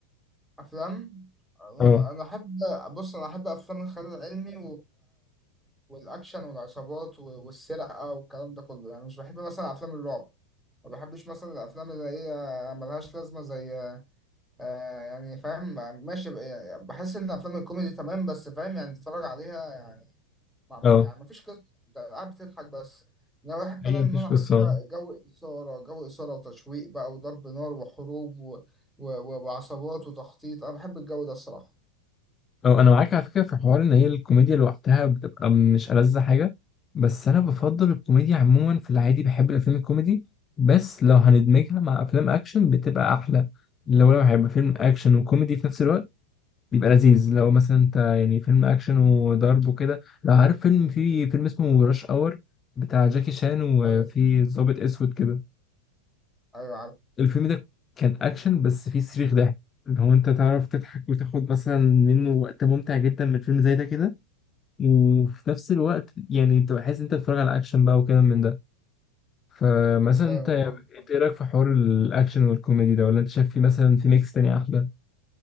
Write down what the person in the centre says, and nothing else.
افلام آه،
انا احب بص انا احب افلام الخيال العلمي والاكشن والعصابات و- والسرقه والكلام ده كله يعني مش بحب مثلا افلام الرعب ما بحبش مثلا الافلام اللي هي ملهاش لازمه زي آه يعني فاهم ماشي ب- يعني بحس ان افلام الكوميدي تمام بس فاهم يعني تتفرج عليها يعني ما
ما- يعني ما فيش قصه انت قاعد بتضحك بس انا بحب
انا ان
انا اقعد
كده جو اثاره جو اثاره وتشويق بقى وضرب نار وحروب و... و... وعصابات وتخطيط انا بحب الجو ده الصراحه
ايوه
ايوه عارف
ايوه
أنا فاهمك